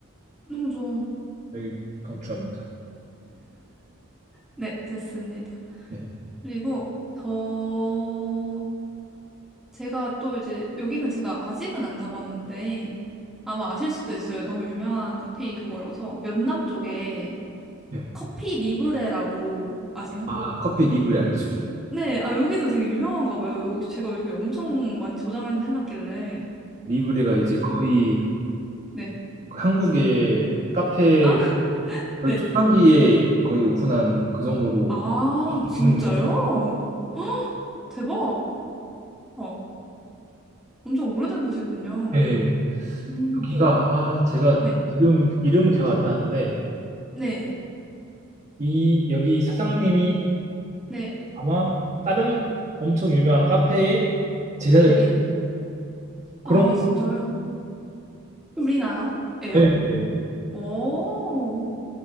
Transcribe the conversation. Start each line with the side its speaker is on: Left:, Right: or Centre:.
Centre: 너무 좋아요.
Right: 여기 강추합니다.
Centre: 네, 됐습니다.
Right: 네.
Centre: 그리고 저, 제가 또 이제 여기는 제가 아직은 안 가봤는데 아마 아실 수도 있어요. 너무 유명한 커피 그거라서 연남 쪽에
Right: 네.
Centre: 커피 리브레라고 아세요?
Right: 아, 커피 리브레 알죠.
Centre: 네, 아 여기도 되게 유명한가 봐요. 요- 제가 여기 엄청 많이 저장을 해놨길래
Right: 리브레가 이제 거의
Centre: 네,
Right: 한국의 카페
Centre: 아,
Right: 거의
Centre: 네,
Right: 초창기에 거의 오픈한 그 정도로
Centre: 아
Right: 있는
Centre: 진짜요?
Right: 곳이죠.
Centre: <gasps> 대박. 어, 엄청 오래된 곳이군요.
Right: 네. 네.
Centre: 음,
Right: 여기가 네. 아 제가
Centre: 네,
Right: 지금 이름 기억 안 나는데
Centre: 네,
Right: 이 여기 사장님이
Centre: 네,
Right: 아마 다른 엄청 유명한 카페의 제자였던
Centre: 네.
Right: 그런
Centre: 아 진짜요? 우리나라예요?
Right: 예, 예.
Centre: 오.